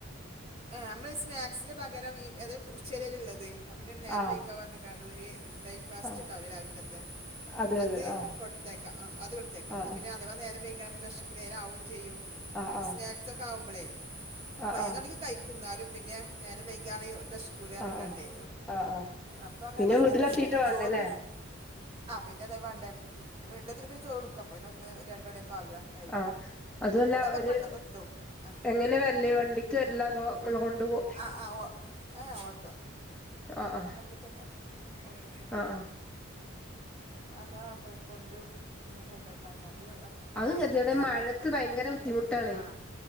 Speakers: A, on the right; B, in the centre.
A: ആനമ്മള് സ്നാക്സിന് പകരം ഈ അതായ ഉച്ചരെ ഇള്ളത് പിന്നെ നേരം
B: ആഹ്
A: വയികാ പറഞ്ഞിക്കാണ് ഒരു ബ്രേക്ക്ഫാസ്റ്റ്ഇണ്ടാവില്ലേരാവിലക്
B: ആഹ്
A: ത്തെ
B: അതെ
A: അത്
B: അതെ ആഹ്
A: കൊടുത്തേക്കാം ആ അത് കൊടുത്തേക്കാം
B: ആഹ്
A: പിന്നെ അഥവാ നേരം വൈക വെശ്ക്ക്ണേനാവും ചെയ്യും
B: ആഹ്
A: മറ്റേ
B: ആഹ്
A: സ്നാക്സ് ഒക്കെ ആവുമ്പളെ
B: ആഹ്
A: പയ്നൊന്നണിക്
B: ആഹ് ആഹ്
A: ഇന്നാലും പിന്നെ നേരംവൈകി ഇയാള് ബസ്കൂല ഇറക്കാണ്ടേ
B: ആഹ് ആഹ് ആഹ്
A: അപ്പൊ അങ്ങനെ
B: പിന്നെ
A: മതി
B: വീട്ടിലെത്തിട്ട് വേണ്ടല്ലേ
A: ചോറില്ല ആ പിന്നെ അതായ വേണ്ടേ പിന്ന വീട്ടിലെതിട്ട്ചോറ് കൊടുക്കും അപ്പ പിന്നെ ഒന്ന് രണ്ട് മണിയൊക്കെ ആകുക ടൈമ്
B: ആ അതും അല്ല
A: ഇവിടൊക്കെ
B: ഒരു
A: പെട്ടെന്ന് എത്തും ആ
B: എങ്ങനെ വെരല് വണ്ടിക്ക് വെരലാ അതോ ഇങ്ങള് കൊണ്ടു പോ
A: ആ ആ ഉവ്വ് ഏ ഓട്ടോ
B: ആഹ് ആഹ്
A: വണ്ടിക്കല്ല ഓട്ടൊക്കും
B: ആഹ് ആഹ്
A: അതാ നമ്മള് കൊണ്ട് ഇന്നും കൊണ്ടുവക്കാന്ന് വണ്ടി വണ്ടി
B: അതും ഗതികേടാ
A: ഏൽപ്പിച്ചാൽ
B: മഴത്ത്
A: പിന്നെ എൾപണ്ട്
B: ഭയങ്കര ബുദ്ധിമുട്ടാണേ
A: ആഹ്